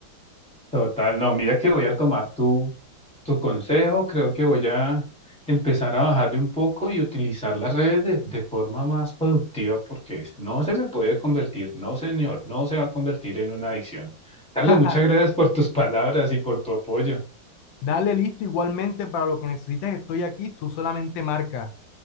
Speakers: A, in the centre; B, on the left.
A: Total, no, mira que voy a tomar tu, tu consejo, creo que voy a empezar a bajarle un poco y utilizar las redes de, de forma más productiva porque es- no se me puede convertir, no señor, no se va a convertir en una adicción. Carlos,
B: <laughs>
A: muchas gracias por tus palabras y por tu apoyo.
B: Dale listo igualmente para lo que necesites, estoy aquí, tú solamente marca.